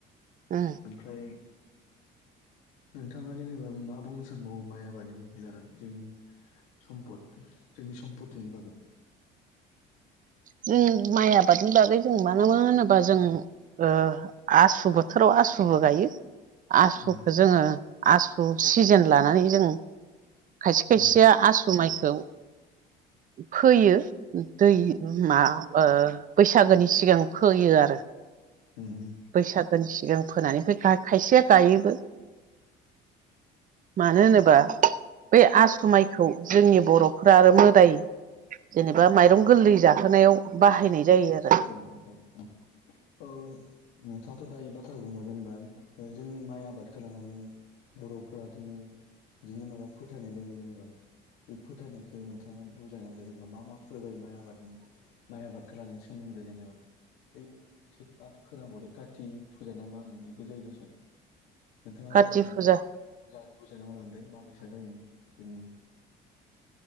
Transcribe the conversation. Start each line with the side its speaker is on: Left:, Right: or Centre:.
Right: अ
Left: ओमफ्राय नोंथाङा जेनेबा मा बुंनो सानबावो माइ आबादनि बागै लानानै जोंनि सम्पद जोंनि सम्पतिनि बागै
Right: जों माइ आबादनि बागै जों मानो मा होनोबा जों ओ आसु बोथोराव आसुबो गायो आसुखौो
Left: उम
Right: जोङो आसु सिजोन लानानै जों खायसे
Left: उम
Right: खायसेया
Left: उम
Right: आसु माइखौ फोयो दै मा बैसागोनि सिगां फोयो आरो
Left: उम
Right: बैसागो सिगां फोनानैफ्राय खायसेया गायोबो मानो होनोबा बे आसुमाइखौ जोंनि बर फोरा आरो मोदाय जेनेबा माइरं गोरलै जाहोनायाव बाहायनाय जायो आरो
Left: औ औ औ नोंथाङाथ' दा बाथ्राखौ बुंबाय जेनेबा जोंनि माइ आबादखौ लानानै बर'फोरा दिन बिदिनो माबा फोथायनाय दङ जेनेबा बे फोथायनायखौ नोंथाङा <unintelligible> मा मा फुा जायो म आब म आबखौ सोमोन्दो जेनेबा ब आं मोनसे म खोनाबावदों कति फुजा ना मा होनो बेबो जायो दस' नोंथाङा
Right: काति
Left: जेनेबा
Right: फुजा
Left: मोजाङ बुजायना हालांदो माबायसा जायो जोंनि